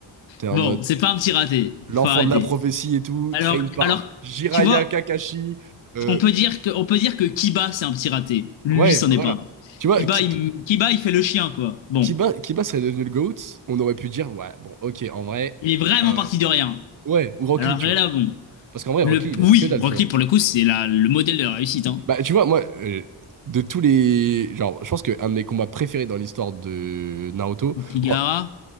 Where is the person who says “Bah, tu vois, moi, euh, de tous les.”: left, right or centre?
Right